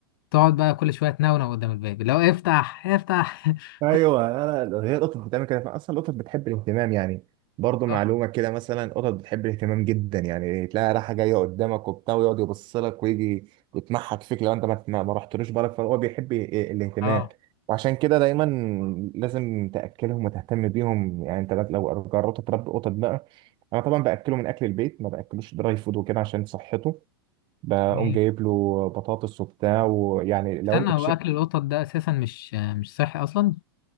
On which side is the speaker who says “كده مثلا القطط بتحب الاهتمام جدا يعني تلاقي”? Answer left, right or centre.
Right